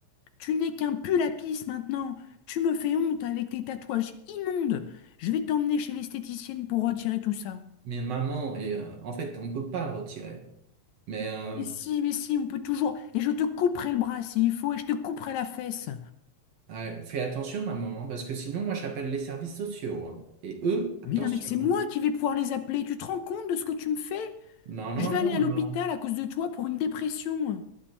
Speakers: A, on the left; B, on the right.
A: Tu n'es qu'un pull à pisse maintenant. Tu me fais honte avec tes tatouages immondes. Je vais t'emmener chez l'esthéticienne pour retirer tout ça.
B: Mais maman, et, euh, en fait, on peut pas le retirer. Mais, euh,
A: Mais si, mais si, on peut toujours. Et je te couperai le bras s'il faut, et je te couperai la fesse.
B: Ah, fais attention, maman, hein, parce que sinon, moi, j'appelle les services sociaux. hein. Et eux, attention.
A: Mais non, mais c'est moi
B: hein.
A: qui vais pouvoir les appeler. Tu te rends compte de ce que tu me fais?
B: Non,
A: Je
B: non,
A: vais
B: non,
A: aller à
B: maman.
A: l'hôpital à cause de toi pour une dépression.